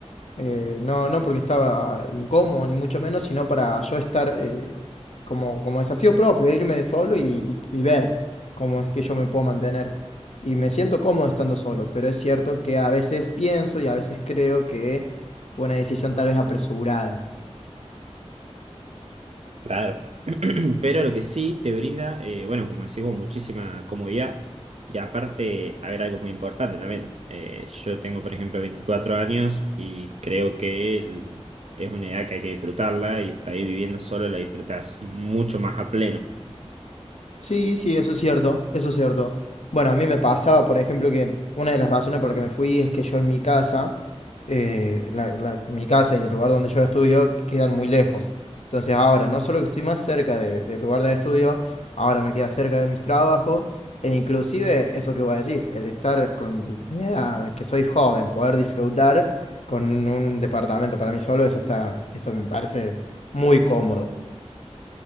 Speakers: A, on the left; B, on the right.
A: eh, no, no porque estaba incómodo, ni mucho menos, sino para yo estar eh, como, como desafío propio, de irme de solo y, y ver cómo es que yo me puedo mantener. Y me siento cómodo estando solo, pero es cierto que a veces pienso y a veces creo que fue una decisión tal vez apresurada
B: Claro. <clears throat> Pero lo que sí te brinda, eh, bueno, como decimos, muchísima comodidad. Y aparte, a ver, algo muy importante también. Eh, yo tengo, por ejemplo, 24 años y creo que el- es una edad que hay que disfrutarla y por ahí viviendo solo la disfrutás mucho más a pleno.
A: Sí, sí, eso es cierto, eso es cierto. Bueno, a mí me pasaba, por ejemplo, que una de las razones por la que me fui es que yo en mi casa, eh, la- la- mi casa y el lugar donde yo estudio quedan muy lejos. Entonces ahora, no solo que estoy más cerca de- del lugar de estudio, ahora me queda cerca de mis trabajos, e inclusive eso que vos decís, el estar con tu- mi edad, que soy joven, poder disfrutar con un, un departamento para mí solo, eso está, eso me parece muy cómodo.